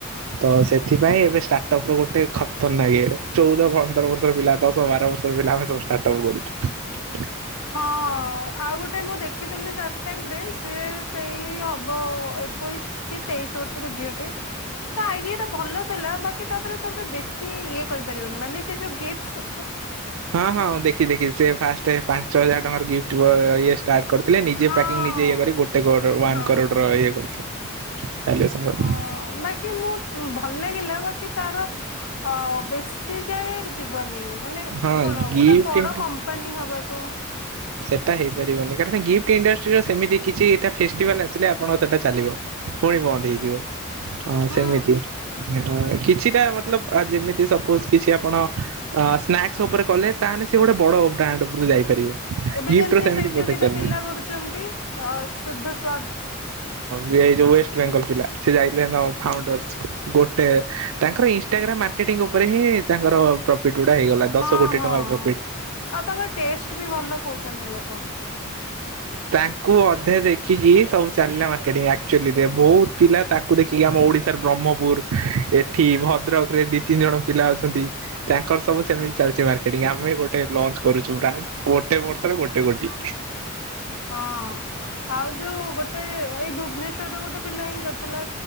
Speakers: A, on the right; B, on the left.
A: ତ ସେଥିପାଇଁ ଏବେ ଷ୍ଟାର୍ଟ ଅପ ର ଗୋଟେ ଖତର ନାଁ ଇଏରେ ଚଉଦ, ପନ୍ଦର ବର୍ଷର ପିଲା ଦଶ, ବାର ବର୍ଷର ପିଲା ଆମେ ସବୁ ଷ୍ଟାର୍ଟ ଅପ୍ କରୁଛୁ।
B: ହଁ ଆଉ ଗୋଟେ ମୁଁ ଦେଖିଥିଲି ସାପ୍ଟାଙ୍ଗ ରେ ସେ ସେଇ ହବ ଏକୋଇସ୍ କି ତେଇଶ୍ ବର୍ଷର ଝିଅ ଟେ। ତା ଆଇଡିଆ ଟା ଭଲ ଥିଲା ବାକି ତାଥିରେ ତାଥିରେ ବେଶୀ ଇଏ କରିପାରିବନି ମାନେ ସେ ଯୋଉ ଗିଫ୍ଟ୍ସ
A: ହଁ ହଁ ମୁଁ ଦେଖି ଦେଖିଛି ସେ ଫାଷ୍ଟେ ପା ଛଅହଜାର ଟଙ୍କାର ଗିଫ୍ଟ ଦୁଏ ଇଏ ଷ୍ଟାର୍ଟ କରିଥିଲେ ନିଜେ
B: ହଁ।
A: ପ୍ୟାକିଂ ନିଜେ ଇଏ କରି ଗୋଟେ କରୋଡ ୱାନ
B: ହଁ
A: କରୋଡର ଇଏ କରିଥିଲେ। ଭାଲୁଏସନ କରିଥିଲେ
B: ହଁ ବାକି ମୁଁ ଭଲ ଲାଗିଲା ବାକି ତାର ଅ ବେଶୀ। ଯାଏ ଜୀବନି ମାନେ
A: ହଁ
B: କଣ
A: ଗିଫ୍ଟ
B: ଗୋଟେ ବଡ କମ୍ପାନୀ। ହବାକୁ
A: ଏଟା ହେଇପାରିବନି କାରଣ ଗିଫ୍ଟ ଇଣ୍ଡଷ୍ଟ୍ରିର ସେମିତି କିଛି ଟା ଫେଷ୍ଟିଭାଲ ଆସିଲେ ଆପଣ ସେଇଟା ଚାଲିବ, ପୁଣି ବନ୍ଦ ହେଇଯିବ। ଅ
B: ହୁଁ
A: ସେମିତି ଆଁ କିଛିଟା ମତ୍ଲବ୍ ଯେମିତି ସପୋଜ କିଛି ଆପଣ ଅ ସ୍ନାକ୍ସ ଉପରେ କଲେ ତାହେଲେ ସେ ଗୋଟେ ବଡ଼ ବ୍ରାଣ୍ଡ ଉପରକୁ ଯାଇପାରିବ।
B: ଏବେ
A: ଗିଫ୍ଟ
B: ଯେମିତି
A: ର ସେମିତି
B: ସେଇ ଯୋଉ
A: ପୋଟେନସିଆଲ
B: ଦିଟା ପିଲା
A: ନାହିଁ
B: କରୁଛନ୍ତି ଅ ଶୁଦ୍ଧ ସ୍ୱା
A: ବି ଆ ଇ ଯୋଉ ୱେଷ୍ଟ ବେଙ୍ଗଲ ପିଲା, ସେ ଯାଇଥିଲେ ସେଦିନ ଫାଉଣ୍ଡର୍ସକୁ ଗୋଟେ। ତାଙ୍କର ଇନଷ୍ଟାଗ୍ରାମ ମାର୍କେଟିଙ୍ଗ ଉପରେ ହିଁ ତାଙ୍କର ପ୍ରଫିଟ। ଗୁଡା ହେଇଗଲା ଦଶ
B: ହଁ
A: କୋଟି
B: ହଁ
A: ଟଙ୍କାର ପ୍ରଫିଟ
B: ଅ ଆଉ ତାଙ୍କ ଟେଷ୍ଟ୍ ବି ଭଲ କହୁଛନ୍ତି ଲୋକ।
A: ତାଙ୍କୁ ଅଧେ ଦେଖିକି ସବୁ ଚାଲିଲା ମାର୍କେଟିଙ୍ଗ। ଆକ୍ଚୁଆଲି ରେ ବହୁତ ପିଲା ତାଙ୍କୁ ଦେଖିକି ଆମ ଓଡିଶାର ବ୍ରହ୍ମପୁର, ଏଠି ଭଦ୍ରକରେ ଦି ତିନି ଜଣ ପିଲା ଅଛନ୍ତି। ତାଙ୍କର ସବୁ ସେମିତି ଚାଲିଛି ମାର୍କେଟିଙ୍ଗ ଆମେ ଗୋଟେ ଲଞ୍ଚ୍ କରୁଛୁ ପ୍ରାୟ ଗୋଟେ ବର୍ଷରେ ଗୋଟେ କୋଟି।
B: ହଁ ଆଉ ଯୋଉ ଗୋଟେ ଏଇ ଭୁବନେଶ୍ୱରର ଗୋଟେ ପିଲା ହିଁ କରିଥିଲା।